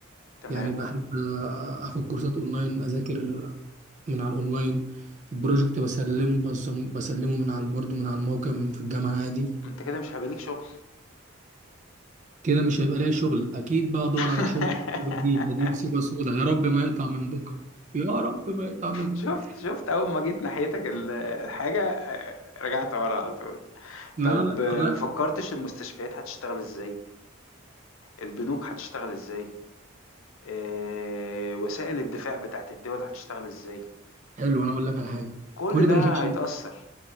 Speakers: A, on the left (about 85°); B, on the right (about 35°).
A: تمام،
B: يعني بحب اخد كورسات اونلاين اذاكر من على الاونلاين بروجكت بسلمه بسم- بسلمه من على برضه من على الموقع في الجامعه عادي
A: ما أنت كده مش هيبقى ليك شغل.
B: كده مش هيبقى ليا شغل اكيد بقى ادور
A: <laughs>
B: على شغل بديل بديل سيبه سودا يا رب ما يقطع من بكره يا رب ما يقطع من
A: شُفت،
B: بكره
A: شُفت أول ما جيت ناحيتك ال الحاجة آآ، رجعت ورا على طول.
B: لا
A: طب
B: لا
A: آه،
B: لا
A: ما فكرتش المستشفيات هتشتغل إزاي، البنوك هتشتغل إزاي، آآ، وسائل الدفاع بتاعة الدول هتشتغل إزاي،
B: حلو انا اقول لك على حاجه
A: كل
B: كل
A: ده
B: ده ما كانش
A: هيتأثر،